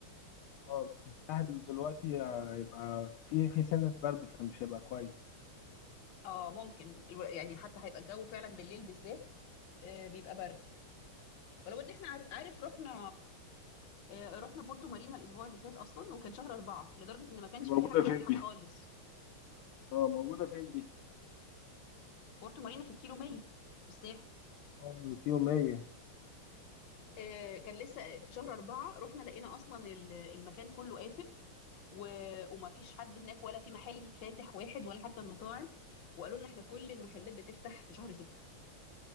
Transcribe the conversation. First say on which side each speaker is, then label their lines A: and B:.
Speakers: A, on the left (about 75°); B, on the left (about 60°).
A: اه بس الساحل دلوقتي هيبقى في في سنه برد فمش هيبقى كويس
B: اه ممكن الو- يعني حتى هيبقى الجو فعلا بالليل بالذات آه، بيبقى برد ولو ان احنا عار- عارف رحنا آه، رحنا بورتو مارينا الاسبوع اللي فات اصلا وكان شهر اربعة لدرجة ان ما كانش
A: دي موجوده
B: فيها حاجة فاتحة
A: فين دي
B: خالص
A: اه موجوده فين دي
B: بورتو مارينا في الكيلو 100 في الساحل
A: اه في يوميه
B: آه، كان لسه في شهر أربعة رحنا لقينا أصلا ال- المكان كله قافل و... وما فيش حد هناك ولا في محل فاتح واحد ولا حتى المطاعم وقالوا لنا احنا كل المحلات بتفتح في شهر ستة